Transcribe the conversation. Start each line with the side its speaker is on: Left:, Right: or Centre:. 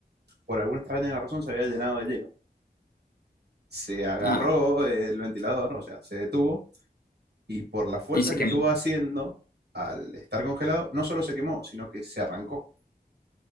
Right: por alguna extraña razón, se había llenado de hielo. Se agarró
Left: Ah,
Right: el ventilador, o sea, se detuvo, y por la fuerza
Left: y se
Right: que
Left: quemó.
Right: estuvo haciendo, al estar congelado, no solo se quemó, sino que se arrancó.